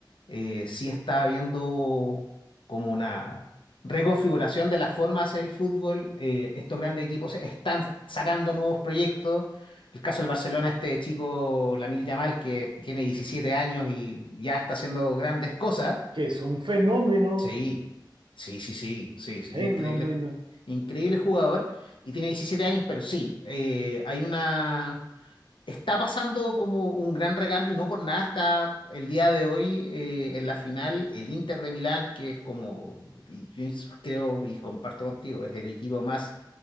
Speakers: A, on the left; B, on the right.
A: eh, sí está habiendo como una reconfiguración de la forma de hacer el fútbol. eh, estos grandes equipos están sacando nuevos proyectos. El caso del Barcelona, este chico Lamil Yamal, que tiene 17 años y ya está haciendo grandes cosas.
B: Que es un fenómeno,
A: Sí, sí, sí, sí, sí, sí,
B: fenómeno.
A: increíble, ju- increíble jugador y tiene 17 años, pero sí, eh, hay una está pasando como un gran recambio y no por nada está el día de hoy eh, en la final el Inter de Milán, que es como, y yo ins- creo y comparto contigo, es el equipo más